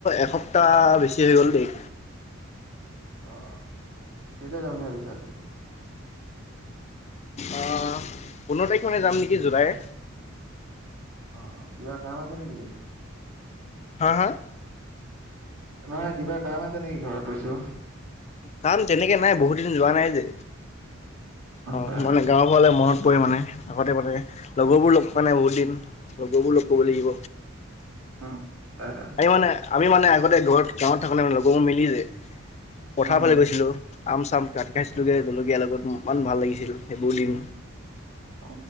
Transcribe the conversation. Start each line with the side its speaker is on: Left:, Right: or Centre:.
Left: এসপ্তাহ বেছি হৈ গ'ল দেই।
Right: অ'। কেতিয়া যাম বুলি ভাবিছা আকৌ?
Left: অ'- পোন্ধৰ তাৰিখ মানে যাম নেকি জুলাইৰ।
Right: অ' কিবা কাম আছে নেকি?
Left: হা - হা?
Right: নহয়, কিবা কাম আছে নেকি ঘৰত কৈছোঁ।
Left: কাম তেনেকে নাই, বহুত দিন যোৱা নাই যে। অ'
Right: হয়
Left: মানে
Right: হয়
Left: গাঁওৰ ঘৰলে মন পৰিমাণে, আগতে মানে। লগৰবোৰ লগ পোৱা নাই বহুত দিন। লগৰবোৰ লগ পাব লাগিব।
Right: উম, হয় - হয়।
Left: আমি মানে আমি মানে আগতে ঘৰত- গাঁৱত থাকোঁতে মানে লগৰবোৰ মিলি যে, পথাৰৰ
Right: উম
Left: ফালে গৈছিলোঁ। আম-চাম কাটি খাট খাইছিলোগে, জলকীয়াৰ লগত ইমান ভাল লাগিছিল সেইবোৰ দিন।
Right: অ'